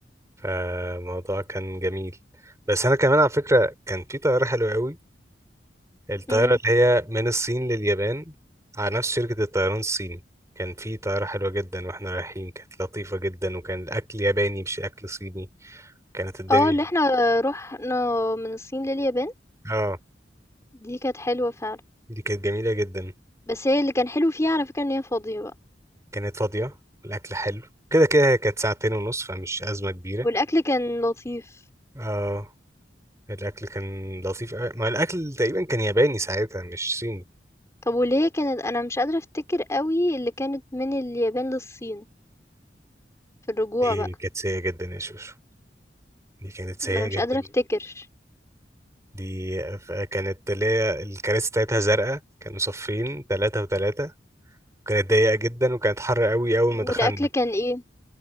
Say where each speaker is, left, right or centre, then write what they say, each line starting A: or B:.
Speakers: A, on the right; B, on the left.
A: فالموضوع كان جميل بس انا كمان على فكره كان في طياره حلوه قوي الطياره
B: امم
A: اللي هي من الصين لليابان على نفس شركه الطيران الصيني كان في طياره حلوه جدا واحنا رايحين كانت لطيفه جدا وكان الاكل ياباني مش اكل صيني كانت الدنيا
B: اه اللي احنا رحنا من الصين لليابان
A: اه
B: دي كانت حلوه فعلا
A: دي كانت جميله جدا
B: بس هي اللي كان حلو فيها على فكره ان هي فاضيه بقى
A: كانت فاضيه الاكل حلو كده كده هي كانت ساعتين ونص فمش ازمه كبيره
B: والاكل كان لطيف
A: اه الاكل كان لطيف أوي. ما الاكل تقريبا كان ياباني ساعتها مش صيني
B: طب واللي هي كانت انا مش قادره افتكر قوي اللي كانت من اليابان للصين في الرجوع
A: دي
B: بقى
A: كانت سيئه جدا يا شوشو دي كانت سيئه
B: ما انا مش
A: جدا
B: قادره افتكر
A: دي ف- كانت اللي هي الكراسي بتاعتها زرقاء كانوا صفين ثلاثه وثلاثه كانت ضيقه جدا وكانت حر قوي اول
B: والاكل
A: ما دخلنا
B: كان ايه